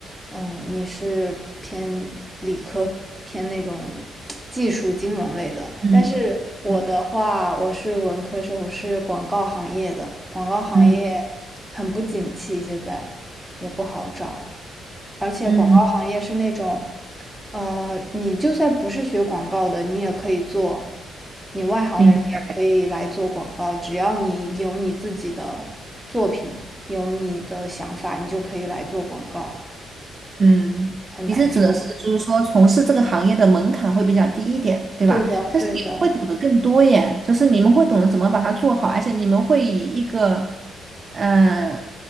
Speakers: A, in the centre; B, on the right.
A: 嗯，你是偏理科，偏那种技术金融类的，
B: 嗯
A: 但是我的话，
B: 嗯
A: 我是文科生，我是广告行业的，广告行业很不景气现在，
B: 嗯
A: 也不好找，而且广告行业是那种，
B: 嗯，
A: 呃，你就算不是学广告的，你也可以做，你外行人也可以来做广告，
B: 明白。
A: 只要你有你自己的作品，有你的想法，你就可以来做广告，
B: 嗯，
A: 很难说。
B: 你是指的是就是说从事这个行业的门槛会比较低一点，对吧？
A: 对的，
B: 但是你们会懂得更多耶，
A: 对的，
B: 就是你们会懂得怎么把它做好，而且你们会以一个嗯、呃